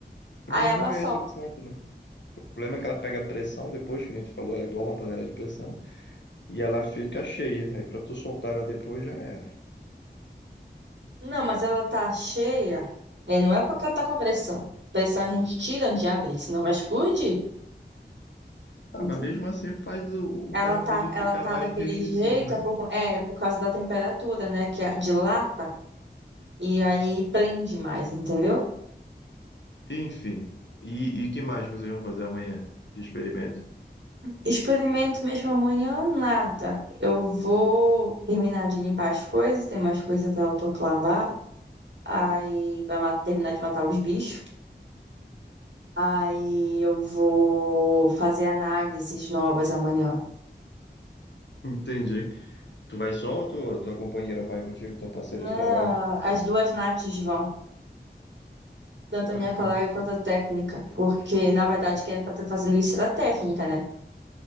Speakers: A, on the right; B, on the left.
A: Aí
B: mas
A: ela
B: não é
A: solta.
B: esse o ponto, né? O problema é que ela pega pressão depois, que nem tu falou, ela é igual uma panela de pressão. E ela fica cheia. Aí pra tu soltar ela depois já era.
A: Não, mas ela tá cheia. É, não é porque ela tá com pressão. Pressão a gente tira antes de abrir, senão vai explodir.
B: Ah,
A: Entendeu?
B: mas mesmo assim faz o,
A: Ela
B: o parafuso
A: tá, ela
B: ficar
A: tá
B: mais
A: daquele
B: restringido,
A: jeito,
B: né?
A: é por, é, é por causa da temperatura, né? Que a- dilata e aí prende mais, entendeu?
B: Enfim. E o que mais que vocês vão fazer amanhã de experimento?
A: Experimento mesmo amanhã, nada. Eu vou terminar de limpar as coisas, tem mais coisa pra autoclavar. Aí vai ma- terminar de matar os bichos. Aí eu vou fazer análises novas amanhã.
B: Entendi. Tu vai só ou tua, tua companheira vai contigo, tua parceira
A: Não,
B: de trabalho?
A: as duas nates vão. Tanto a
B: Bacana.
A: minha colega quanto a técnica. Porque, na verdade, quem era pra estar fazendo isso era a técnica, né?